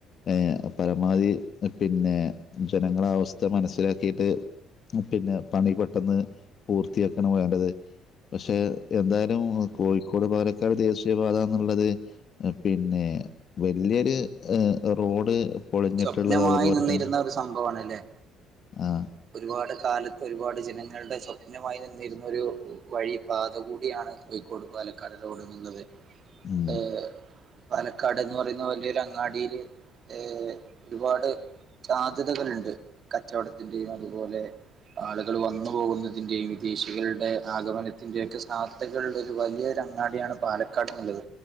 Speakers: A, on the left; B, on the right.
A: ഏഹ് പരമാവധി പിന്നെ ജനങ്ങള അവസ്ഥ മനസ്സിലാക്കിയിട്ട് പിന്നെ പണി പെട്ടെന്ന് പൂർത്തിയാക്കണ് വേണ്ടത് പക്ഷെ എന്തായാലും കോഴിക്കോട് പാലക്കാട് ദേശീയപാതന്നുള്ളത് പിന്നെ വല്യൊരു റോഡ് പൊളിഞ്ഞിട്ടുള്ളത്
B: സ്വപ്നമായി
A: അതുപോലെ
B: നിന്നിരുന്ന
A: തന്നെ
B: ഒരു സംഭവമാണല്ലേ
A: ആഹ്
B: ഒരുപാട് കാലത്ത് ഒരുപാട് ജനങ്ങ ജനങ്ങളുടെ സ്വപ്നമായി നിന്നിരുന്നൊരു വഴി പാത കൂടിയാണ് കോഴിക്കോട് പാലക്കാട് റോഡ് എന്നുള്ളത്
A: ഉം,
B: ഏഹ് പാലക്കാട് എന്ന് പറയുന്ന വലിയൊരു അങ്ങാടിയില് ഏഹ് ഒരുപാട് സാധ്യതകളുണ്ട് കച്ചവടത്തിന്റെയും അതുപോലെ ആളുകൾ വന്നു പോകുന്നതിന്റെയും വിദേശികളുടെ ആഗമനത്തിന്റെ ഒക്കെ സാ കളുള്ളൊരു വലിയൊരു അങ്ങാടിയാണ് പാലക്കാട് എന്നുള്ളത്